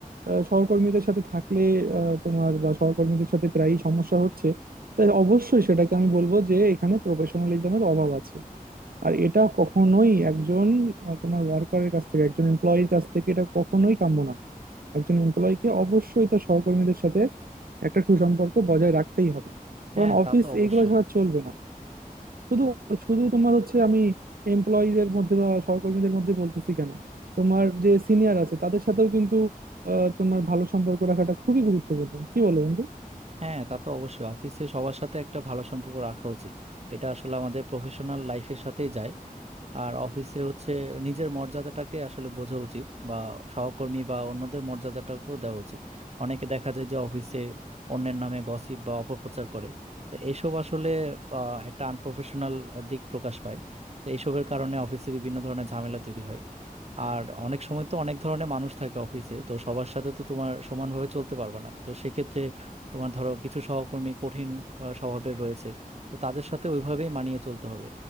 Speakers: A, on the right (about 75°); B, on the right (about 45°).
A: আহ, সহকর্মীদের সাথে থাকলে আহ, তোমার বা সহকর্মীদের সাথে প্রায়ই সমস্যা হচ্ছে তাই অবশ্যই সেটাকে আমি বলবো যে এখানে প্রফেশনালিজমের অভাব আছে আর এটা কখনোই একজন আহ, তোমার ওয়ার্কারের কাছ থেকে একজন এমপ্লয়ির কাছ থেকে এটা কখনোই কাম্য না একজন এমপ্লয়িকে অবশ্যই তার সহকর্মীদের সাথে একটা সুসম্পর্ক বজায় রাখতেই হবে কারণ
B: হ্যাঁ
A: অফিস
B: তা তো অবশ্যই
A: এইগুলো ছাড়া চলবে না শুধু শুধু তোমার হচ্ছে আমি এমপ্লয়ীদের মধ্যে বা সহকর্মীদের মধ্যে বলতেছি কেন তোমার যে সিনিয়র আছে তাদের সাথেও কিন্তু আহ, তোমার ভালো সম্পর্ক রাখাটা খুবই গুরুত্বপূর্ণ কি বলো বন্ধু
B: হ্যাঁ তা তো অবশ্যই অফিসে সবার সাথে একটা ভালো সম্পর্ক রাখা উচিত এটা আসলে আমাদের প্রফেশনাল লাইফের সাথেই যায় আর অফিসে হচ্ছে নিজের মর্যাদাটাকে আসলে বোঝা উচিত বা সহকর্মী বা অন্যদের মর্যাদাটাকেও দেওয়া উচিত অনেকে দেখা যায় যে অফিসে অন্যের নামে গসিপ বা অপপ্রচার করে তো এইসব আসলে আহ, একটা আনপ্রফেশনাল দিক প্রকাশ পায় তো এইসবের কারণে অফিসে বিভিন্ন ধরনের ঝামেলা তৈরি হয় আর অনেক সময় তো অনেক ধরনের মানুষ থাকে অফিসে তো সবার সাথে তো তোমার সমানভাবে চলতে পারবে না তো সেক্ষেত্রে তোমার ধরো কিছু সহকর্মী কঠিন আহ, স্বভাবের রয়েছে তো তাদের সাথে ওইভাবেই মানিয়ে চলতে হবে